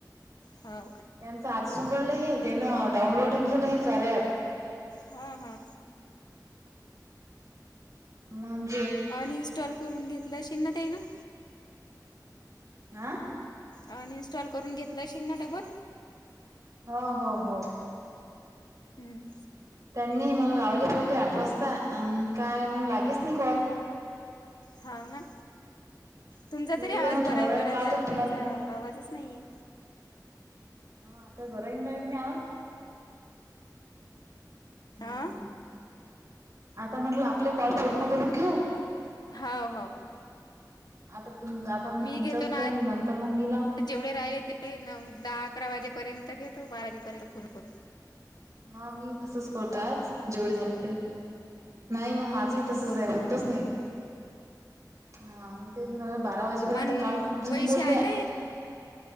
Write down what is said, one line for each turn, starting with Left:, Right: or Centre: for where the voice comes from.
Left: हा.
Right: त्यांचं आजच उघडलं हे त्यांनं डाउनलोडिंग केलं हे करया ऍप.
Left: हा हा.
Right: म
Left: अन इन्स्टॉल करून घेतलं अशिल न तेन. <inaudible>
Right: आ.
Left: अन इनस्टॉल करून घेतलं अशिल ना डबल.
Right: हो हो हो.
Left: हम्म.
Right: त्यांनी मला लावले पहिले आठ वाजता आणि काय मग लागेच नाही कॉल.
Left: हा ना, तुमचा
Right: म्हटलं
Left: तरी
Right: जाऊ
Left: आवाज
Right: दे मग
Left: बरा
Right: थोड्या
Left: आहे
Right: वेळाने
Left: उलट
Right: लावतो
Left: त्या
Right: ना
Left: बाईचा
Right: तुम्हाले
Left: आवाजच नाहीये.
Right: हा, आता बरा येईन की नाही आवाज. हम्म
Left: हा
Right: आता म्हटलं आपले कॉल पूर्ण करून घेऊ.
Left: हा हो.
Right: आता तुम, आता मी तुमचा
Left: घेतो ना
Right: सुलही मी नंतर मग मी लावु.
Left: आज जेवढे राहिले तेवढ नऊ, दहा, अकरा वाजेपर्यंत घेतो बारा वाजेपर्यंत पुर्ण करू.
Right: हा मी तसच करतो आज जेवढे झाले तर. नाही मग माझंही तसंच
Left: करून
Right: आहे होतंच
Left: घे
Right: नाही. हा मी तेच म्हणाले बारा वाजेपर्यंत
Left: आणि
Right: काल खूप जणी
Left: पैसे
Right: बोल्या.
Left: आले